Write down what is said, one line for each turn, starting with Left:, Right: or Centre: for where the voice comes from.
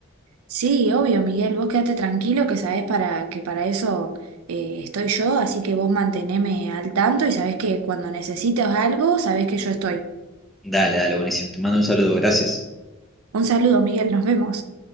Right: sí, obvio, Miguel, vos quédate tranquilo que sabés para, que para eso eh, estoy yo, así que vos manteneme al tanto y sabés que cuando necesites algo, sabés que yo estoy.
Centre: Dale, dale, buenísimo. Te mando un saludo, gracias.
Right: Un saludo, Miguel, nos vemos.